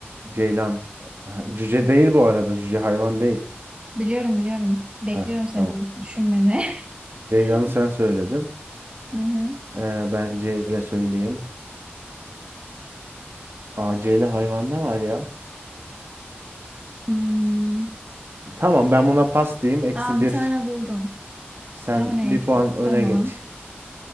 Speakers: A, on the right (about 65°); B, on the right (about 25°).
A: Ceylan. Ha, Cüce değil bu arada. Cüce hayvan değil.
B: Biliyorum biliyorum. Bekliyorum
A: Ha
B: senin
A: tamam.
B: düşünmeni.
A: Ceylan'ı
B: <laughs>
A: sen söyledin.
B: Hı hı.
A: Ee, ben C ile söyleyeyim. Aa, C ile hayvan ne var ya?
B: Hmm.
A: Tamam ben buna pas diyeyim. Eksi
B: Aa, bir
A: bir
B: tane buldum.
A: Sen
B: Ama neyse.
A: bir puan öne
B: Tamam.
A: geç.